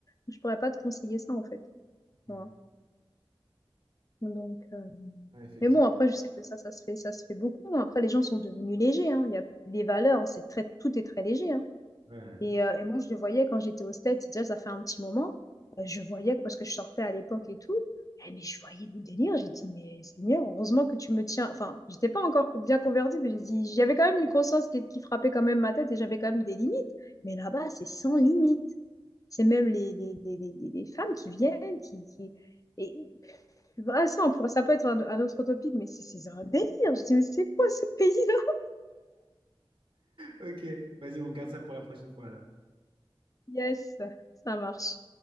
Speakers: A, on the left; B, on the right.
A: Je pourrais pas te conseiller ça, en fait.
B: Mhm.
A: tu donc, euh,
B: Ouais, effectivement.
A: Mais bon, après, je sais que ça, ça se fait, ça se fait beaucoup. Après, les gens sont devenus légers, hein. Il y a les valeurs, c'est très, tout est très léger, hein.
B: Ouais.
A: Et, euh, et moi, je le voyais quand j'étais au States, déjà, ça fait un petit moment. Euh, Je voyais, parce que je sortais à l'époque et tout. Eh, mais je voyais le délire. J'ai dit, mais Seigneur, heureusement que tu me tiens. Enfin, j'étais pas encore bien convertie, mais j'ai dit, j'avais quand même une conscience qui, qui frappait quand même ma tête et j'avais quand même des limites. Mais là-bas, c'est sans limite. C'est même les, les, les, les, les femmes qui viennent, qui, qui... Et je fais, Ah, ça, on pourrait- ça peut être un, un autre topic, mais c'est c'est un délire. Je dis, mais c'est quoi ce pays-là?
B: Ok, vas-y, on garde ça pour la prochaine fois alors.
A: Yes, ça marche.